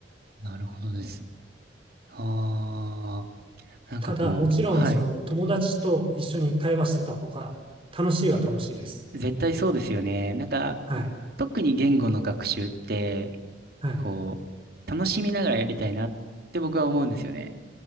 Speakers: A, on the right (about 60°); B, on the right (about 30°).
A: なるほどです。ああ、なんかこう、
B: ただ、もちろん、
A: はい。
B: その友達と一緒に会話してた方が楽しいは楽しいです。
A: 絶対そうですよね。なんか、
B: はい。
A: 特に言語の学習って、
B: はい。
A: こ
B: い
A: う、楽しみながらやりたいなって僕は思うんですよね。